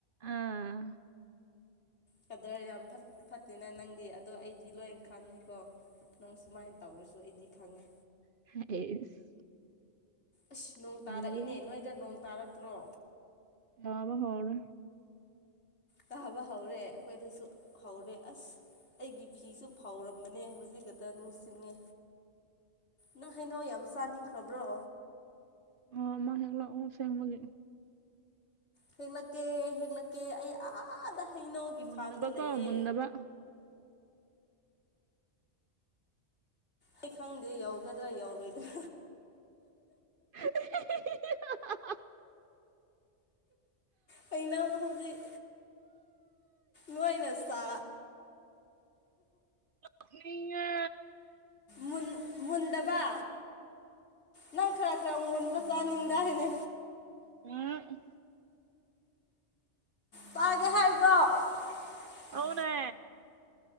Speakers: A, on the right; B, on the left.
A: ꯑꯥ
B: ꯀꯥꯗꯔ ꯌꯥꯝ ꯐꯠꯇꯦꯅ ꯅꯪꯗꯤ ꯑꯗꯣ ꯑꯩꯗꯤ ꯂꯣꯏꯅ ꯈꯪꯉꯦꯀꯣ ꯅꯪ ꯁꯨꯃꯥꯏꯅ ꯇꯧꯔꯁꯨ ꯑꯩꯗꯤ ꯈꯪꯉꯦ꯫
A: <unintelligible>
B: ꯑꯁ ꯅꯣꯡ
A: ꯀꯤꯌꯦ
B: ꯇꯥꯔꯛꯏꯅꯦ ꯅꯣꯏꯗ ꯅꯣꯡ ꯇꯥꯔꯛꯇ꯭ꯔꯣ?
A: ꯇꯥꯕ ꯍꯧꯔꯦ꯫
B: ꯇꯥꯕ ꯍꯧꯔꯦ ꯑꯩꯈꯣꯏꯗꯁꯨ ꯍꯧꯔꯦ ꯑꯁ ꯑꯩꯒꯤ ꯐꯤꯁꯨ ꯐꯥꯎꯔꯝꯕꯅꯦ ꯍꯧꯖꯤꯛ ꯈꯛꯇ ꯅꯤꯡꯁꯤꯡꯉꯦ꯫ ꯅꯪ ꯍꯩꯅꯧ ꯌꯥꯝ ꯆꯥꯅꯤꯡꯈ꯭ꯔꯕ꯭ꯔꯣ?
A: ꯑꯣꯃ ꯍꯦꯒꯂꯣ ꯑꯣ ꯁꯦꯡꯃꯒꯦ꯫
B: ꯍꯦꯛꯂꯛꯀꯦ ꯍꯦꯛꯂꯛꯀꯦ ꯑꯩ ꯑꯥꯗ ꯍꯩꯅꯧꯒꯤ
A: ꯃꯨꯟꯗꯕꯀꯣ
B: ꯐꯥꯔꯝꯗ ꯂꯩꯑ
A: ꯃꯨꯟꯗꯕ
B: ꯑꯩ ꯈꯪꯗꯦ ꯌꯧꯒꯗ꯭ꯔꯥ ꯌꯧꯔꯣꯏꯗ꯭ꯔꯥ?
A: <unintelligible>
B: ꯀꯩꯅꯣ ꯍꯧꯖꯤꯛ ꯅꯣꯏꯅ ꯆ
A: <unintelligible>
B: ꯃꯟ ꯃꯟꯗꯕ ꯅꯪ ꯈꯔ ꯈꯔ ꯃꯨꯟꯕ ꯆꯥꯅꯤꯡꯗꯥ ꯍꯥꯏꯅꯦ꯫
A: ꯎꯝ
B: ꯄꯥꯒꯦ ꯍꯥꯏꯕ꯭ꯔꯣ ꯎꯝ
A: ꯑꯧꯅꯦ